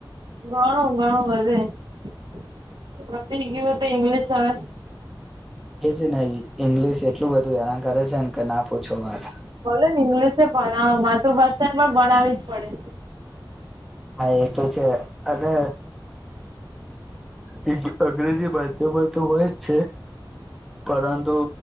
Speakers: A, on the right; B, in the centre.
A: ઘણું ઘણું વધે <unintelligible> પતી ગ્યું તો ઇંગ્લિશ હવે
B: એ છે. ઈંગ્લિશ એટલું બધું હેરાન કરે છે. ને કે ના પૂછો વાત
A: બોલો ને ઇંગ્લિશ ભણાવ માતૃભાષા એ પણ ભણાવી જ પડે
B: હા એ તો છે. અને એ અંગ્રેજી ભાષા માં તો હોય જ છે. પરંતુ